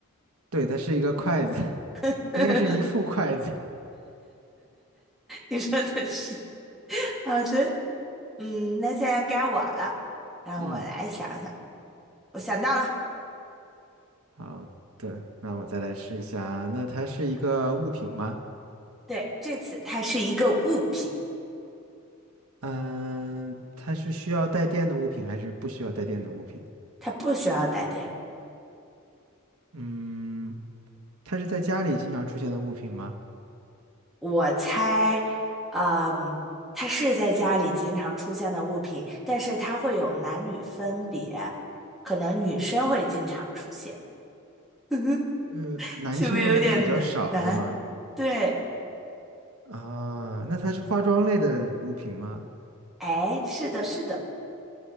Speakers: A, on the right; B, in the centre.
A: 对，它是一个筷子，<laughs>
B: <laughs>
A: 应该是一副筷子。<laughs>
B: 你说的是好的，嗯，那现在该我了，让我来想想，
A: 嗯，
B: 我想到了，
A: 好的，那我再来试一下，那它是一个物品吗？
B: 对，这次它是一个物品。
A: 嗯，它是需要带电的物品还是不需要带电的物品？
B: 它不需要带电。
A: 嗯，它是在家里经常出现的物品吗？
B: 我猜，嗯，它是在家里经常出现的物品，但是它会有男女分别，可能女生会经常出现。<laughs>
A: 呃，男性用的会比较少是吗？
B: 是不是有点难？对，
A: 啊，那它是化妆类的物品吗？
B: 哎，是的，是的，